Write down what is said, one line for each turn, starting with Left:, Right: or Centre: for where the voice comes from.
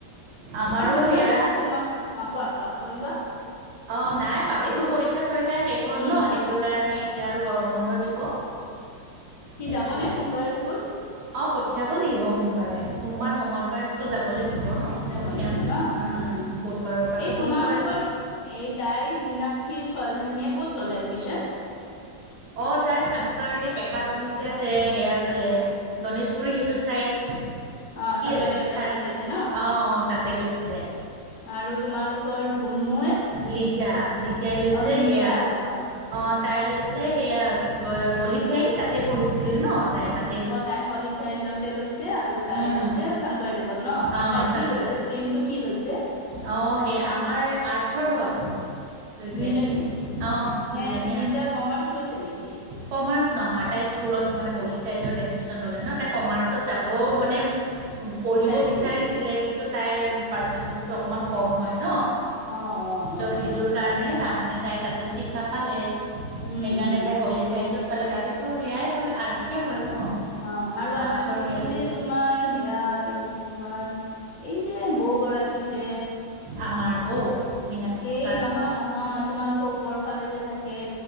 Right: আমাৰো
Left: অ', শুনা
Right: ইয়াৰ
Left: না তোমাৰ, অ' কোৱা কোৱা কৈ লোৱা
Right: অ', নাই বাবুৰো
Left: এইটো
Right: পৰীক্ষা চৰিক্ষা শেষ হল
Left: উম
Right: ন সেই সেইটো কাৰণে, এতিয়া আৰু গৰম বন্ধ দিব।
Left: সি
Right: সেইটোয়ে
Left: যাব নে, সোমবাৰে স্কুল।
Right: অ', পঠিয়াব লাগিব সোমবাৰে। সোমবাৰ, মঙ্লবাৰ, স্কুল যাব লাগিব ন,
Left: যাব
Right: পঠিয়াম
Left: লাগিব
Right: উম
Left: ন অ অ
Right: বুধবাৰৰ পৰাতো
Left: এই তোমালোকৰ
Right: বন্ধই।
Left: এই টাই মীনাক্ষীৰ ছোৱালীজনীয়ে ক'ত ল'ল এডমিশন।
Right: অ', তাই শংকৰদেৱ একাডেমি, যে আছে সেয়াৰ ফালে গণেশগুৰি সেইটো চাইড
Left: অ',
Right: কি
Left: শংকৰদেৱ একাডেমীত
Right: ঠাই
Left: লৈছে ন।
Right: অ', অ', তাতে লৈছে
Left: আৰু তোমালোকৰ ধুনুে
Right: লিজা লিজাই লৈছে
Left: অ লিজা
Right: সেয়া
Left: অ',
Right: অ', তাই লৈছে সেয়া, কি কয় হলিচাইল তাতে পঢ়িছিলে ন তাই তাত
Left: অ', তাই হলী চাইল্ডতে লৈছে আৰু তাই
Right: উম,
Left: লৈছে শংকৰদেৱত ন আৰু
Right: অ',
Left: তাই
Right: শংকৰ
Left: কি লৈছে। কি লৈছে
Right: অ', সেই আমাৰ আৰ্টচৰ হয়। দুইটাই,
Left: দুইজনীয়ে
Right: অ',
Left: নে
Right: দুইজনী
Left: লিজা কমাৰ্চ লৈছে নেকি?
Right: কমাৰ্চ নহয়, তাই স্কুলত মানে হোলী চাইল্ডত এডমিচন ল'লে ন তাই কমাৰ্চত যাবও মানে পঢ়িব
Left: বিচাৰিছিল
Right: বিচাৰিছিলে, কিন্তু তাইৰ পাৰ্চেণ্টেজটো অকণমান কম হয় ন?
Left: অ অ
Right: ত'
Left: অ
Right: সেইটোৰ
Left: অ
Right: কাৰণে তাৰমানে তাই তাতে চিট নাপালে
Left: উম
Right: সেইকাৰণে।
Left: উম
Right: তাই হলী চাইল্ডটোত পালে, তাতেতো সেয়াই হয় আৰ্টচ হয় ন।
Left: অ', আৰু আমাৰ
Right: আৰ্টছৰ সেয়া
Left: এই
Right: লৈছে
Left: যে তোমাৰ সেয়া এই তোমাৰ এই যে বৌ গৰাকী যে
Right: আমাৰ বৌ মীনাকাৰ
Left: এই নহয়, নহয়, তোমালোকৰ ওপৰৰ ফালে যে থাকে